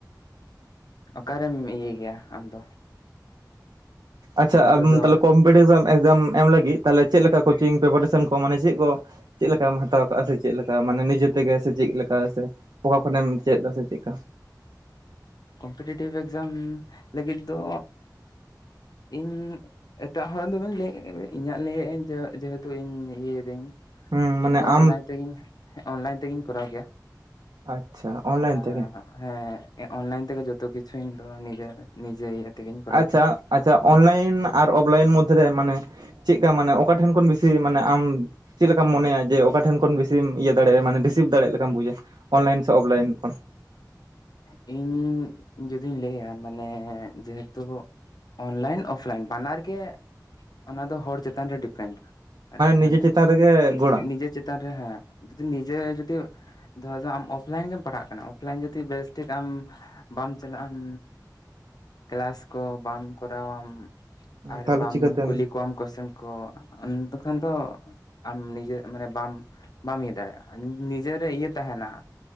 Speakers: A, on the left; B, on the right.
A: ᱚᱠᱟᱨᱮᱢ ᱤᱭᱟᱹᱭ ᱜᱮᱭᱟ ᱟᱢ ᱫᱚ?
B: ᱟᱪᱷᱟ
A: ᱱᱤᱛᱚᱜ
B: ᱟᱢ
A: ᱫᱚ
B: ᱛᱟᱦᱚᱞᱮ ᱠᱚᱢᱯᱤᱴᱤᱥᱢ ᱮᱠᱥᱡᱟᱢ ᱮᱢ ᱞᱟᱹᱜᱤᱫ ᱛᱟᱦᱚᱞᱮ ᱪᱮᱫ ᱞᱮᱠᱟ ᱠᱳᱪᱤᱝ ᱯᱮᱯᱟᱴᱮᱥᱚᱱ ᱠᱚ ᱢᱟᱱᱮ ᱪᱮᱫ ᱠᱚ ᱪᱮᱫ ᱞᱮᱠᱟᱢ ᱦᱟᱛᱟᱣ ᱠᱟᱜᱼᱟ ᱥᱮ ᱪᱮᱫ ᱞᱮᱠᱟ ᱢᱟᱱᱮ ᱱᱤᱡᱮ ᱛᱮᱜᱮ ᱥᱮ ᱪᱮᱫ ᱞᱮᱠᱟ ᱥᱮ ᱚᱠᱟ ᱠᱷᱚᱱᱮᱢ ᱪᱮᱜ ᱫᱟ ᱥᱮ ᱪᱮᱫᱠᱟ?
A: ᱠᱚᱢᱯᱤᱴᱤᱮᱴᱤᱵᱷ ᱮᱠᱡᱟᱢ ᱞᱟᱹᱜᱤᱫ ᱫᱚ ᱤᱧ ᱮᱴᱟᱜ ᱦᱚᱲ ᱫᱚᱵᱮᱱ ᱞᱟᱹᱭᱮ ᱤᱧᱟᱹᱜ ᱞᱟᱹᱭᱮᱫ ᱤᱧ ᱡᱮ ᱡᱮᱦᱮᱛᱩ ᱤᱧ ᱤᱭᱟᱹᱭ ᱫᱟᱹᱧ᱾
B: ᱦᱩᱸ ᱢᱟᱱᱮ
A: ᱤᱧ ᱫᱚ
B: ᱟᱢ
A: ᱚᱱᱞᱟᱭᱤᱱ ᱛᱮᱜᱮᱧ ᱚᱱᱞᱟᱭᱤᱱ ᱛᱮᱜᱤᱧ ᱠᱚᱨᱟᱣ ᱜᱮᱭᱟ᱾
B: ᱟᱪᱪᱷᱟ ᱚᱱᱞᱟᱭᱤᱱ
A: ᱟ
B: ᱛᱮᱜᱮ
A: ᱦᱮᱸ ᱚᱱᱞᱟᱭᱤᱱ ᱛᱮᱜᱮ ᱡᱷᱚᱛᱚ ᱠᱤᱪᱷᱩ ᱤᱧ ᱫᱚ ᱱᱤᱡᱮᱨ ᱱᱤᱡᱮ ᱤᱭᱟᱹ ᱛᱮᱜᱮᱧ ᱠᱚᱨᱟᱣ
B: ᱟᱪᱪᱷᱟ
A: ᱜᱮᱭᱟ
B: ᱟᱪᱪᱷᱟ
A: ᱚᱝᱠᱟ᱾
B: ᱚᱱᱞᱟᱭᱤᱱ ᱟᱨ ᱚᱯᱷᱞᱟᱭᱤᱱ ᱢᱚᱫᱫᱷᱮᱨᱮ ᱢᱟᱱᱮ ᱪᱮᱫ ᱠᱟ ᱢᱟᱱᱮ ᱚᱠᱟ ᱴᱷᱮᱱ ᱠᱷᱚᱱ ᱵᱮᱥᱤ ᱢᱟᱱᱮ ᱟᱢ ᱪᱮᱫ ᱞᱮᱠᱟᱢ ᱢᱚᱱᱮᱭᱟ ᱡᱮ ᱚᱠᱟ ᱴᱷᱮᱱ ᱠᱷᱚᱱ ᱵᱤᱥᱤᱢ ᱤᱭᱟᱹ ᱫᱟᱲᱮᱭᱟᱜᱼᱟ ᱢᱟᱱᱮ ᱨᱤᱥᱤᱵᱷ ᱫᱟᱲᱮᱜ ᱞᱮᱠᱟᱢ ᱵᱩᱡᱟ? ᱚᱱᱞᱟᱭᱤᱱ ᱥᱮ ᱚᱯᱷᱞᱟᱭᱤᱱ ᱠᱷᱚᱱ?
A: ᱤᱧ ᱤᱧ ᱡᱩᱫᱤᱧ ᱞᱮᱹᱭᱟ ᱢᱟᱱᱮ ᱡᱮᱦᱮᱛᱩ ᱚᱱᱞᱟᱭᱤᱱ ᱚᱯᱷᱞᱟᱭᱤᱱ ᱵᱟᱱᱟᱨ ᱜᱮ ᱚᱱᱟ ᱫᱚ ᱦᱚᱲ ᱪᱮᱛᱟᱱ ᱨᱮ ᱰᱤᱯᱮᱱᱰ᱾ ᱟᱨᱠᱤ
B: ᱱᱤᱡᱮ
A: ᱢᱟᱱᱮ
B: ᱪᱮᱛᱟᱱ ᱨᱮᱜᱮ
A: ᱱᱤᱡᱮ
B: ᱜᱚᱲᱟ
A: ᱱᱤᱡᱮ ᱪᱮᱛᱟᱱ ᱨᱮ ᱦᱟᱸᱜ ᱡᱩᱫᱤ ᱱᱤᱡᱮ ᱡᱩᱫᱤ ᱫᱷᱚᱨᱚ ᱟᱢ ᱚᱯᱞᱟᱭᱤᱱ ᱜᱮᱢ ᱯᱟᱲᱦᱟᱜ ᱠᱟᱱᱟ ᱚᱯᱞᱟᱭᱤᱱ ᱡᱩᱚᱫᱤ ᱵᱮᱥ ᱴᱷᱤᱠ ᱟᱢ ᱵᱟᱢ ᱪᱟᱞᱟᱜ ᱟᱢ ᱠᱮᱞᱟᱥ ᱠᱚ ᱵᱟᱢ ᱠᱚᱨᱟᱣᱟᱢ ᱟᱨ
B: ᱛᱟᱦᱚᱞᱮ
A: ᱵᱟᱢ
B: ᱪᱤᱠᱟᱹᱛᱮᱢ
A: ᱠᱩᱞᱤ
B: ᱦᱮᱸ
A: ᱠᱚᱣᱟᱢ ᱠᱚᱥᱪᱮᱱ ᱠᱚ ᱛᱚᱠᱷᱚᱱ ᱫᱚ ᱟᱢ ᱱᱤᱡᱮ ᱢᱟᱱᱮ ᱵᱟᱢ ᱵᱟᱢ ᱤᱭᱟᱹ ᱫᱟᱲᱮᱭᱟᱜᱼᱟ ᱱᱤᱡᱮᱨᱮ ᱤᱭᱟᱹ ᱛᱟᱦᱮᱸᱱᱟ᱾